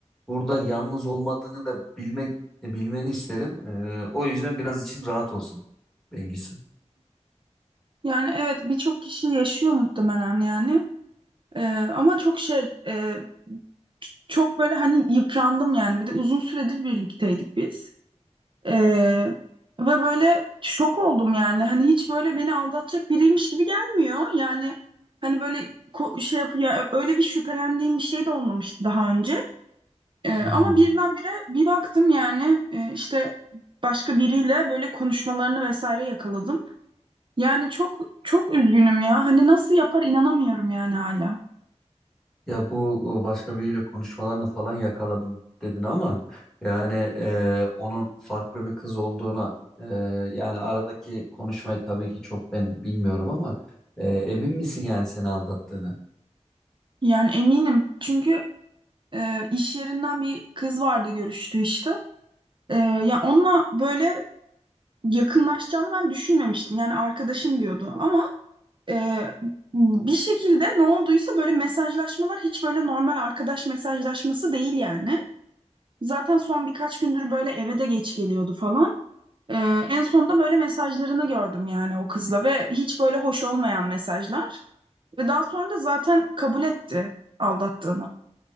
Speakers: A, in the centre; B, on the right (about 45°).
A: burada yalnız olmadığını da bilmek e, bilmeni isterim. E, o yüzden biraz için rahat olsun Bengisu.
B: Yani evet birçok kişi yaşıyor muhtemelen yani E, ama çok şey e, çok böyle hani yıprandım yani. Bir de uzun süredir birlikteydik biz. Ee, ve böyle şok oldum yani. Hani hiç böyle beni aldatacak biriymiş gibi gelmiyor. Yani hani böyle ko- şey yapıyor. Öyle bir şüphelendiğim bir şey de olmamıştı daha önce. Ee,
A: Hmm.
B: ama birdenbire bir baktım yani e, işte başka biriyle böyle konuşmalarını vesaire yakaladım. Yani çok çok üzgünüm ya. Hani nasıl yapar inanamıyorum yani hala.
A: Ya bu e, başka biriyle konuşmalarını falan yakaladım dedin ama yani e, onun farklı bir kız olduğuna e, yani aradaki konuşmayı tabii ki çok ben bilmiyorum ama e, emin misin yani seni aldattığını?
B: Yani eminim. Çünkü e, iş yerinden bir kız vardı görüştüğü işte. E, ya onunla böyle yakınlaşacağını ben düşünmemiştim. Yani arkadaşım diyordu ama e, bir şekilde ne olduysa böyle mesajlaşmalar hiç böyle normal arkadaş mesajlaşması değil yani. Zaten son birkaç gündür böyle eve de geç geliyordu falan. E, en sonunda böyle mesajlarını gördüm yani o kızla ve hiç böyle hoş olmayan mesajlar. Ve daha sonra da zaten kabul etti aldattığını.